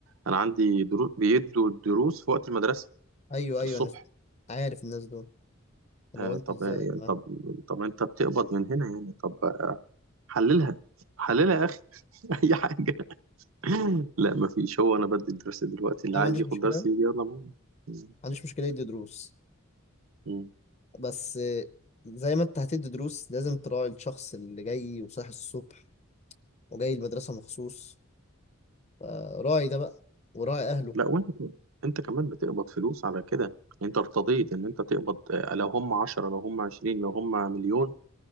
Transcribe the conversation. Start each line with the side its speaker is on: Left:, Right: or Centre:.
Right: أنا عندي دروس بيدوا الدروس في وقت المدرسة
Left: ايوه ايوه
Right: الصبح
Left: انا عارف الناس دول اللي
Right: آه
Left: هو انتوا
Right: طب
Left: ازاي
Right: يعني
Left: يا جماعه
Right: طب طب أنت بتقبض من هنا يعني طب حللها حللها
Left: انا
Right: يا أخي <laughs> أي حاجة <laughs> لا ما فيش هو انا بدي الدرس دلوقتي اللي
Left: ما
Right: عايز
Left: عنديش
Right: ياخد
Left: مشكله
Right: درس
Left: ما
Right: يجي يلا معايا مم.
Left: عنديش مشكله يدي دروس
Right: مم.
Left: بس زي ما انت هتدي دروس لازم تراعي الشخص اللي جاي وصاحي الصبح وجاي المدرسة مخصوص فراعي ده بقى وراعي أهله
Right: لا وانت ك- انت كمان بتقبض فلوس على كده انت ارتضيت
Left: مم.
Right: ان انت تقبض آه، لو هم 10 لو هم 20 لو هم مليون